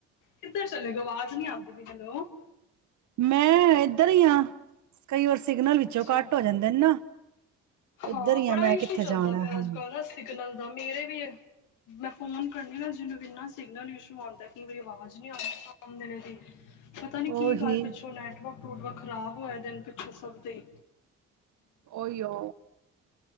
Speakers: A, on the left; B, on the right.
A: ਕਿੱਦਰ ਚਲੇ ਗਏ ਆਵਾਜ਼ ਨੀ ਆਂਦੀ ਪਈ ਹੈਲੋ
B: ਮੈਂ ਇੱਧਰ ਹੀ ਹਾਂ ਕਈ ਵਾਰ ਸਿਗਨਲ ਵਿੱਚੋਂ
A: ਅੱਛਾ
B: ਕੱਟ ਹੋ ਜਾਂਦੇ ਨੇ ਨਾ ਇੱਧਰ
A: ਹਾਂ
B: ਹੀ
A: ਬੜਾ
B: ਆ ਮੈਂ
A: ਇਸ਼ੂ
B: ਕਿੱਥੇ
A: ਚੱਲਦਾ
B: ਜਾਣਾ
A: ਪਿਆ
B: ਹਾਂ
A: ਅੱਜ-ਕੱਲ ਸਿਗਨਲ ਦਾ ਮੇਰੇ ਵੀ ਏ ਮੈਂ ਫੋਨ ਕਰਨੀ ਨਾ ਜਿਹਨੂੰ ਇੰਨਾ ਸਿਗਨਲ ਇਸ਼ੂ ਆਂਦਾ ਕਈ ਵਾਰੀ ਆਵਾ <unintelligible> ਦੀ ਪਤਾ ਨੀ
B: ਉਹੀ
A: ਕੀ ਗੱਲ ਪਿੱਛੋਂ ਨੈਟਵਰਕ ਨੁਟਵਰਕ ਖ਼ਰਾਬ ਹੋਏ ਦੇਣੇ ਪਿੱਛੋਂ ਸਭ ਤੇ
B: ਓਹੀਓ